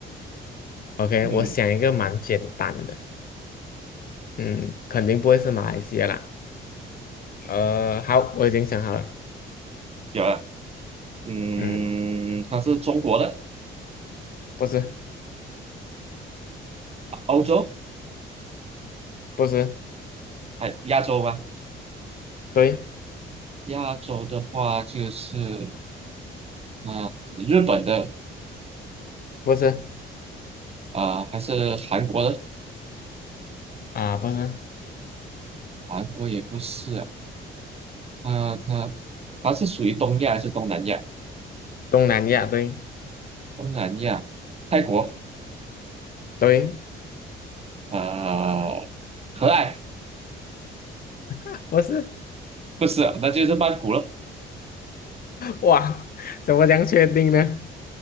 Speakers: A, on the left (about 50°); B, on the right (about 30°).
A: OK，
B: 嗯
A: 我想一个蛮简单的，嗯，肯定不会是马来西亚啦。呃，好，我已经想好了，
B: 有啊，嗯，
A: 嗯，
B: 它是中国的，
A: 不是，
B: 欧洲，
A: 不是，
B: 哎，亚洲吗？
A: 对，
B: 亚洲的话，就是嗯、呃日本的
A: 不是，
B: 啊、呃还是韩国的？
A: 啊、不是，
B: 韩国也不是啊，它它它是属于东亚还是东南亚？
A: 东南亚，对，
B: 东南亚，泰国，
A: 对，
B: 呃，和爱
A: <laughs> 不是，
B: 不是啊那就是曼谷了。
A: 哇，怎么这样确定呢？